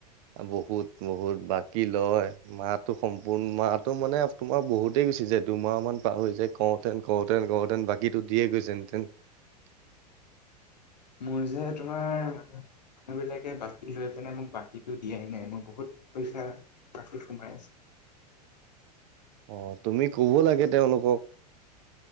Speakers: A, on the right (about 50°); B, on the left (about 85°).
A: বহুত, বহুত বাকী লয় মাহো সম্পূৰ্ণ মো মানে তোমাৰ বহুতেই গুচি যে দুমাহ মান পাৰ হৈ যায় কওঁতেন কোতেন কওঁতেন বাকীতো দিয়ে গৈছেহেঁতেন <unintelligible> <inaudible>
B: মোৰ যে তোমাৰ মান মানুহ বিলাকে বাকী লৈ পিনে মোক বাকী সটো দিয়াই নাই মই বহুত পইচা বাকি সোমাই আছে।
A: অ, তুমি কব লাগে তেওঁলোকক।